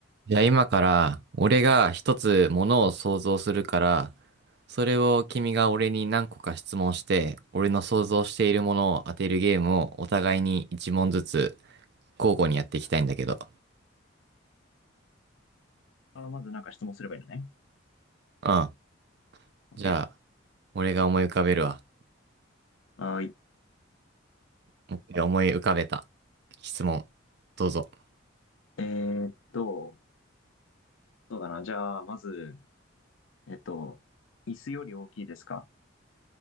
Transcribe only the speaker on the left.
あまずなんか質問すればいいのね。
OK。
はーい。
えーっと、そうだな。じゃあ、まず、えっと、椅子より大きいですか